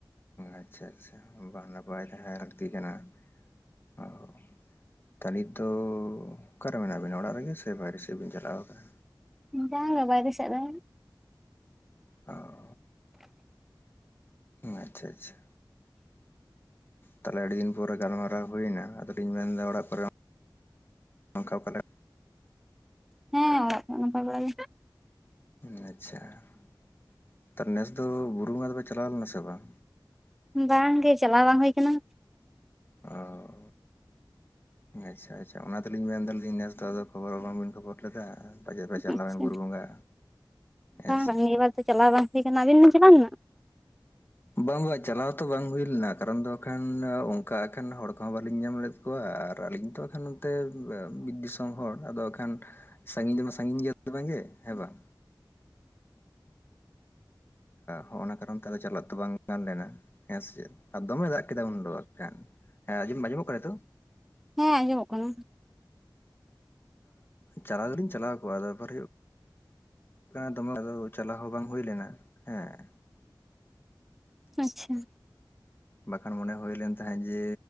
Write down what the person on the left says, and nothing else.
ᱟᱪᱪᱷᱟ ᱟᱪᱪᱷᱟ ᱵᱟᱝ ᱱᱟᱯᱟᱭ ᱛᱟᱦᱮᱸ ᱞᱟᱹᱠᱛᱤ ᱠᱟᱱᱟ ᱚ ᱛᱟᱱᱤᱛ ᱫᱚ ᱚᱠᱟᱨᱮ ᱢᱮᱱᱟᱜ ᱵᱤᱱᱟ ᱚᱲᱟᱜ ᱨᱮᱜᱮ ᱥᱮ ᱵᱟᱭᱨᱮ ᱥᱮᱫ ᱵᱤᱱ ᱪᱟᱞᱟᱣ ᱟᱠᱟᱱᱟ
<unintelligible> ᱟᱪᱪᱷᱟ ᱟᱪᱪᱷᱟ ᱛᱟᱦᱚᱞᱮ ᱟᱹᱰᱤ ᱫᱤᱱ ᱯᱚᱨᱮ ᱜᱟᱞᱢᱟᱨᱟᱣ ᱦᱩᱭᱱᱟ ᱟᱫᱚᱞᱤᱧ ᱢᱮᱱᱫᱟ ᱚᱲᱟᱜ ᱠᱚᱨᱮ ᱱᱟᱝᱠᱟ ᱯᱟᱞᱮᱫ
ᱱᱮᱪᱷᱟ <inaudible> ᱛᱟᱨ ᱱᱮᱥ ᱫᱚ ᱵᱩᱨᱩ ᱵᱚᱸᱜᱟ ᱫᱚᱯᱮ ᱪᱟᱞᱟᱣ ᱞᱮᱱᱟ ᱥᱮ ᱵᱟᱝ
ᱚ ᱟᱪᱪᱷᱟ ᱟᱪᱪᱷᱟ ᱚᱱᱟ ᱛᱮᱞᱤᱧ ᱢᱮᱱ ᱫᱟᱞᱤᱧ ᱱᱮᱥ ᱫᱚ ᱟᱫᱚ ᱠᱷᱚᱵᱚᱨ ᱦᱚᱸ ᱵᱟᱝ ᱵᱤᱱ ᱠᱷᱚᱵᱚᱨ ᱞᱮᱫᱟ ᱯᱟᱪᱮᱜ ᱯᱮ ᱪᱟᱞᱟᱣ
ᱮᱱ ᱵᱩᱨᱩ ᱵᱚᱸᱜᱟ ᱦᱮ ᱥᱮ
ᱵᱟᱝ ᱵᱟᱜ ᱪᱟᱞᱟᱣ ᱛᱚ ᱵᱟᱝ ᱦᱩᱭ ᱞᱮᱱᱟ ᱠᱟᱨᱚᱱ ᱫᱚ ᱚᱱᱠᱟ ᱮᱠᱷᱟᱱ ᱦᱚᱲ ᱠᱚᱦᱚᱸ ᱵᱟᱞᱤᱧ ᱧᱟᱢ ᱞᱮᱫ ᱠᱚᱣᱟ ᱟᱨ ᱟᱹᱞᱤᱧ ᱠᱷᱟᱱ ᱱᱚᱱᱛᱮ ᱵᱤᱨ ᱫᱤᱥᱚᱢ ᱦᱚᱲ ᱟᱫᱚ ᱟᱠᱷᱟᱱ ᱥᱟᱺᱜᱤᱧ ᱫᱚᱢᱟ ᱥᱟᱺᱜᱤᱧ ᱜᱮᱭᱟ ᱵᱟᱝᱜᱮ ᱦᱮᱸ ᱵᱟᱝ ᱦᱚᱸᱜᱼᱱᱟ ᱠᱟᱨᱚᱱ ᱛᱮ ᱟᱫᱚ ᱪᱟᱞᱟᱜ ᱫᱚ ᱵᱟᱝ ᱜᱟᱱ ᱞᱮᱱᱟ ᱦᱮᱸ ᱥᱮ ᱟᱨ ᱫᱚᱢᱮ ᱫᱟᱜ ᱠᱮᱫᱟᱭ ᱩᱱᱫᱚ ᱮᱠᱷᱟᱱ ᱦᱮᱸ ᱟᱸᱡᱚᱢ ᱟᱸᱡᱚᱢᱚᱜ ᱠᱟᱱᱟ ᱱᱤᱛᱚᱜ
ᱪᱟᱞᱟᱣ ᱫᱚᱞᱤᱧ ᱪᱟᱞᱟᱣ ᱠᱚᱜᱼᱟ ᱵᱮᱯᱟᱨ <inaudible> ᱦᱩᱭᱩᱜ ᱠᱟᱱᱟ ᱫᱚᱢᱮ ᱪᱟᱞᱟᱣ ᱦᱚᱸ ᱵᱟᱝ ᱦᱩᱭ ᱞᱮᱱᱟ ᱦᱮᱸ
ᱵᱟᱠᱷᱟᱱ ᱢᱚᱱᱮ ᱦᱩᱭ ᱞᱮᱱ ᱛᱟᱦᱮᱸᱡ ᱡᱮ